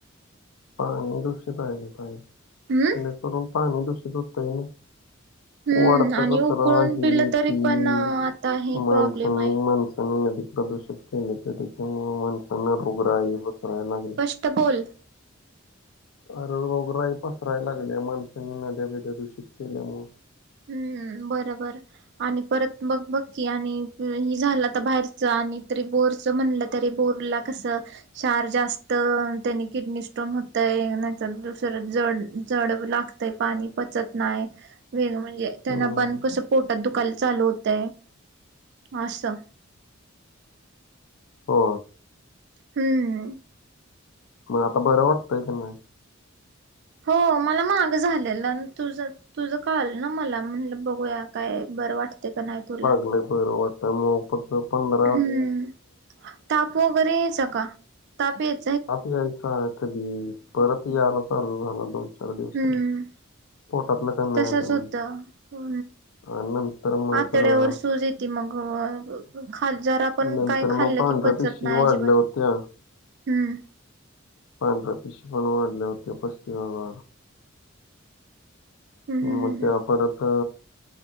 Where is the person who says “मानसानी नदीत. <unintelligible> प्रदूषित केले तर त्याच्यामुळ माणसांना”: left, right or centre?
Left